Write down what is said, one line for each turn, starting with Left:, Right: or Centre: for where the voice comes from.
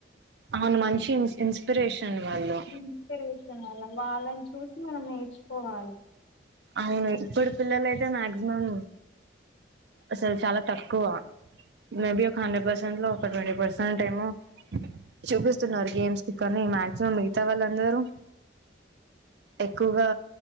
Right: అవును మంచి ఇన్స్ ఇన్స్పిరేషన్ వాళ్ళు
Left: ఇన్స్పిరేషన్ వాళ్ళని చూసి మనం నేర్చుకోవాలి
Right: అవును ఇప్పుడు పిల్లలు అయితే మాక్సిమం అసలు చాలా తక్కువ మేబీ ఒక హండ్రెడ్ పర్సెంట్ లో ట్వంటీ పర్సెంట్ టేమో చూపిస్తున్నారు గేమ్స్ కి కాని మాక్సిమం మిగతా వాళ్ళందరూ ఎక్కువగా